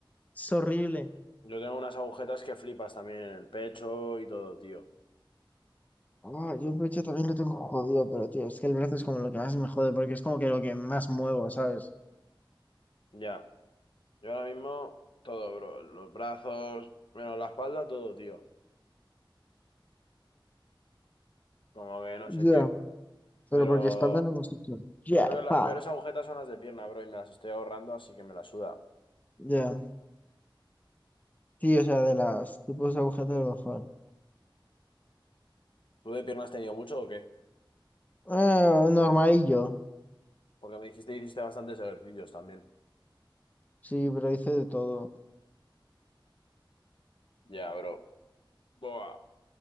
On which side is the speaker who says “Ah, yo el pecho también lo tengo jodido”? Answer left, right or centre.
Left